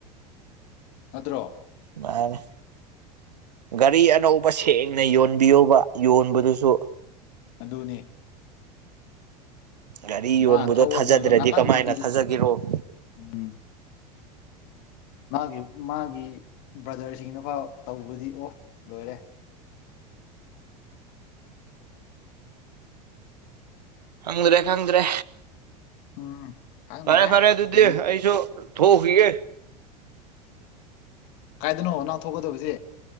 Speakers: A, on the left (about 55°); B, on the right (about 75°).
A: ꯅꯠꯇ꯭ꯔꯣ
B: ꯃꯥꯅꯦ ꯒꯥꯔꯤ ꯑꯅꯧꯕ ꯁꯦꯡꯅ ꯌꯣꯟꯕꯤꯌꯣꯕ ꯌꯣꯟꯕꯗꯨꯁꯨ
A: ꯑꯗꯨꯅꯦ
B: ꯒꯥꯔꯤ ꯌꯣꯟꯕꯗꯣ
A: ꯃꯥ ꯊꯧꯕ
B: ꯊꯥꯖꯗ꯭ꯔꯗꯤ
A: ꯂꯣꯏꯕ ꯉꯥꯛꯇꯪ
B: ꯀꯃꯥꯏꯅ
A: ꯄꯤꯖꯤ
B: ꯊꯥꯖꯒꯤꯔꯣ
A: ꯎꯝ ꯃꯥꯒꯤ ꯃꯥꯒꯤ ꯕ꯭ꯔꯗꯔꯁꯤꯡꯅꯐꯥꯎ ꯇꯧꯕꯗꯤ ꯑꯣ ꯂꯣꯏꯔꯦ
B: ꯈꯪꯗ꯭ꯔꯦ ꯈꯪꯗ꯭ꯔꯦ
A: ꯎꯝ ꯈꯪꯗ꯭ꯔꯦ
B: ꯐꯔꯦ ꯐꯔꯦ ꯑꯗꯨꯗꯤ
A: ꯀꯔꯤ
B: ꯑꯩꯁꯨ ꯊꯣꯛꯎꯈꯤꯒꯦ
A: ꯀꯥꯏꯗꯅꯣ ꯅꯪ ꯊꯣꯛꯀꯗꯕꯁꯤ